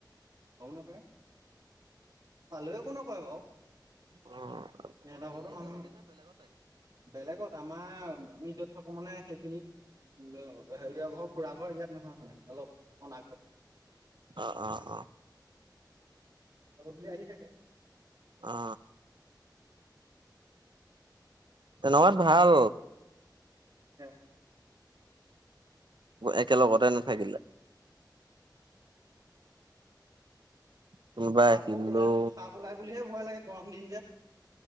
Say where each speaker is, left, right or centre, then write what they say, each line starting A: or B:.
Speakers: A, on the right; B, on the right.
A: গম নাপায় পালে একো নকয় বাও
B: অ
A: এডশো মানুহ বেলেগত আমাৰ আমি য'ত থাকো মানে সেইখিনিত উ হেৰিয় ঘৰ খুৰা ঘৰ ইয়াত নহয় মানে অলপ অন আগত
B: অ অ অ
A: গধূলি আহি থাকে
B: অ অ তেনেকাত ভাল
A: তাকে
B: একেলগতে নাথাকিলে কোনোবা
A: সাপো
B: আহিলেও
A: ওলাই সাপ ওলাই বুলিহে ভয় লাগে গৰম দিন যে